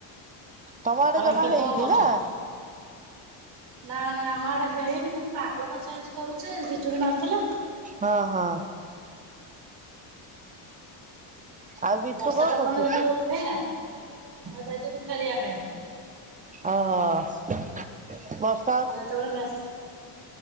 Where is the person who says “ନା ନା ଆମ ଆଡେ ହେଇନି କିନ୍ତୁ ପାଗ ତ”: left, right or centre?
Right